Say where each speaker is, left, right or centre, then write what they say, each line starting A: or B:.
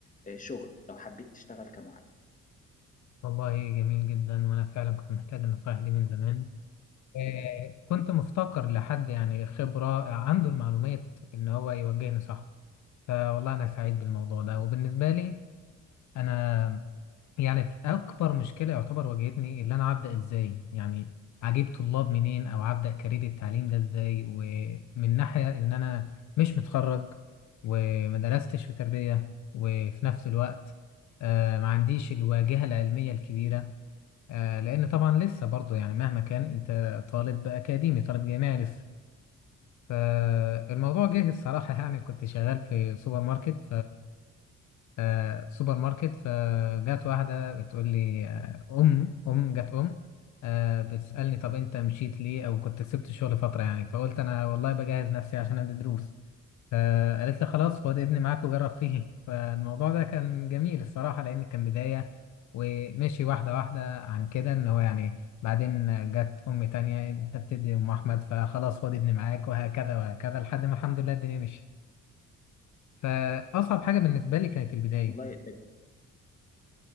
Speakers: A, on the left (about 25°); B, on the left (about 70°).
A: آه، شغل لو حبيت تشتغل كمعلم
B: والله جميل جدا وانا فعلا كنت محتاج النصائح دي من زمان آه، كنت مفتقر لحد يعني خبره عنده المعلومات ان هو يوجهني صح فوالله انا سعيد بالموضوع ده وبالنسبه لي انا يعني في اكبر مشكله يعتبر واجهتني اللي انا هبدا ازاي يعني اجيب طلاب منين او هبدا كارير التعليم ده ازاي ومن ناحيه ان انا مش متخرج وما درستش في تربيه وفي نفس الوقت آه ما عنديش الواجهه العلميه الكبيره آه لان طبعا لسه برضه يعني مهما كان انت طالب اكاديمي طالب جامعي لسه فالموضوع جه الصراحه يعني كنت شغال في سوبر ماركت آه، سوبر ماركت فجت واحدة بتقول لي آه، أم أم جت أم آه، بتسألني طب أنت مشيت ليه أو كنت سبت الشغل فترة يعني فقلت أنا والله بجهز نفسي عشان أدي دروس فقالت لي خلاص خد ابني معاك وجرب فيه <laughs> فالموضوع ده كان جميل الصراحة لأن كان بداية ومشي واحدة واحدة عن كده إن هو يعني بعدين جت أم تانية أنت بتدي أم أحمد فخلاص خد ابني معاك وهكذا وهكذا لحد ما الحمد لله الدنيا مشيت فأصعب حاجة بالنسبة لي كانت البداية
A: والله ده